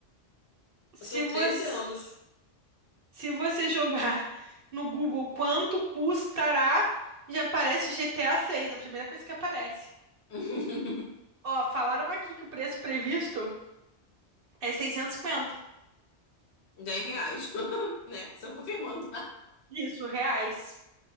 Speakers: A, on the right; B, on the left.
A: se
B: São
A: você,
B: 13 anos.
A: se você jogar no Google quanto custará, já aparece GTA 6, a seis, a primeira coisa que aparece.
B: <laughs>
A: Ó, falaram aqui que o preço previsto. É seiscentos e cinquenta.
B: 10 reais, <laughs> né? Só confirmando.
A: Isso, reais.